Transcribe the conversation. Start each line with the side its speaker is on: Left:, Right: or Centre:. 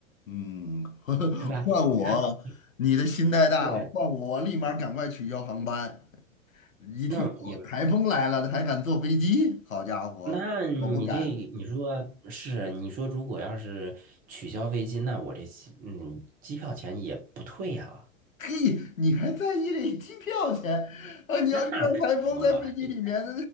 Left: 嗯，<laughs>
Right: 对吧？
Left: 换我，
Right: 你看，
Left: 你的心太大了，
Right: 对，
Left: 换我我立马赶快取消航班。一听有台风来了，
Right: 那也
Left: 还敢坐飞机？好家伙，
Right: 那你这你说是你说如果要是取消飞机，
Left: 我不敢。
Right: 那我这机嗯机票钱也不退啊，
Left: 嘿，你还在意这机票钱啊？你要遇到台风在飞机里面，
Right: 那肯定的，我还得。